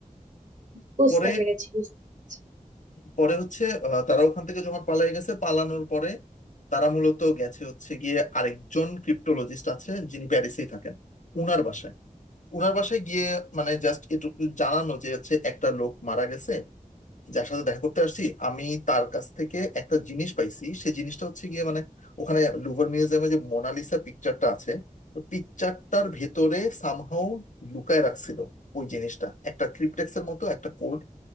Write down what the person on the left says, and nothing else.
পরে
পরে হচ্ছে আহ, তারা ওখান থেকে যখন পালিয়ে গেছে পালানোর পরে তারা মূলত গেছে হচ্ছে গিয়ে আরেকজন ক্রিপ্টোলজিস্ট আছে যিনি প্যারিসেই থাকেন উনার বাসায় উনার বাসায় গিয়ে মানে জাস্ট এটুকু জানানো যে হচ্ছে একটা লোক মারা গেছে যার সাথে দেখা করতে আসছি আমি তার কাছ থেকে একটা জিনিস পাইছি সেই জিনিসটা হচ্ছে গিয়ে মানে ওখানে লুভার মিউজিয়ামে যে মোনালিসা পিকচারটা আছে পিকচারটার ভেতরে সামহাও লুকায় রাখছিল ওই জিনিসটা একটা ক্রিপ্টেক্স এর মতো একটা কোড